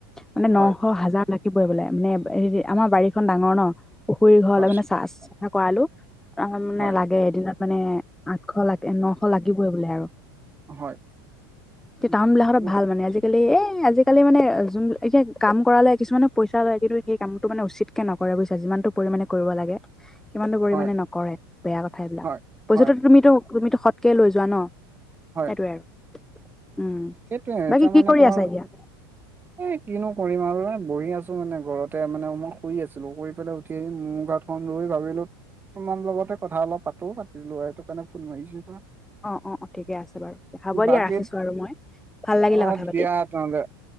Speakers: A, in the centre; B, on the right (about 15°).
A: মানে নশ
B: হয়,
A: হাজাৰ লৈকে লাগিবই বোলে। মানে হেৰি আমাৰ বাৰীখন ডাঙৰ ন, পুখুৰীৰ ঘৰলে
B: হয়,
A: মানে চা চাফা কৰালো আমাৰ মানে
B: হয়,
A: লাগে এদিনত মানে আঠশ লাগে নশ লাগিবই বোলে আৰু
B: হয়,
A: কি টাউন বিলাকতে
B: উ
A: ভাল মানে আজিকালি এ আজিকালি মানে যোন এতিয়া কাম কৰালে কিছুমানে পইচা লয় কিন্তু সেই কামটো মানে উচিতকে নকৰে বুজিছ যিমানটো পৰিমাণে কৰিব লাগে। সিমানটো পৰিমাণে
B: হয়,
A: নকৰে বেয়া কথা এইবিলাক
B: হয়,
A: পইচাটো
B: হয়,
A: তুমিটো তুমিটো সৎকে লৈ যোৱা ন
B: হয়,
A: সেইটোৱে আৰু, উম,
B: সেইটোয়ে
A: বাকী
B: তাৰমানে
A: কি কৰি
B: তোমাৰ
A: আছা এতিয়া?
B: এ কিনো কৰিম আৰু এ বহি আছো মানে ঘৰতে মানে মই শুই আছিলো শু পেলাই উঠি আহি মোৰ গাটো ফোন লৈ ভাবিলো তোমাৰ লগতে কথা অলপ পাতো পাতিলো এইটোক সেইকাৰণে ফোন মাৰিছো।
A: অ অ অ ঠিকে আছে বাৰু হ'ব দিয়া
B: বাকী
A: ৰাখিছো আৰু মই ভাল লাগিলে
B: অ'
A: কথা পাতি,
B: দিয়া তেনেহ'লে